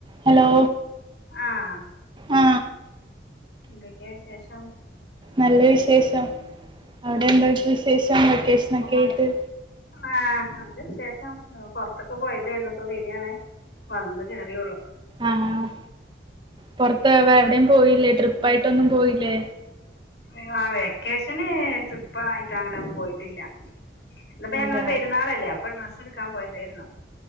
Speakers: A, on the right; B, on the left.
A: Hello
B: ആഹ്
A: ആ
B: എന്തൊക്കെ വിശേഷം?
A: നല്ല വിശേഷം അവിടെ
B: ആഹ്
A: എന്തൊക്കെ വിശേഷം വൊക്കേഷനൊക്കെ
B: ആഹ്
A: ആയിട്ട്
B: ആഹ് നല്ല വിശേഷം പൊറത്തൊക്കെ പോയതായിരുന്നു, ഇപ്പൊ വരിയാണേ. വന്ന് കേറിയേ ഉള്ളൂ.
A: ആഹ് ആഹ് പൊറത്ത് എവിടെയും പോയില്ലേ? ട്രിപ്പായിട്ടൊന്നും പോയില്ലേ?
B: ഞങ്ങളാ വെക്കേഷന് ട്രിപ്പായിട്ട് അങ്ങനെ ഒന്നും പോയിട്ടില്ല. ഇന്നിപ്പോ ഞങ്ങളെ
A: അതെയോ
B: പെരുന്നാളല്ലേ അപ്പൊ ഡ്രസ്സ് എടുക്കാൻ പോയതായിരുന്നു.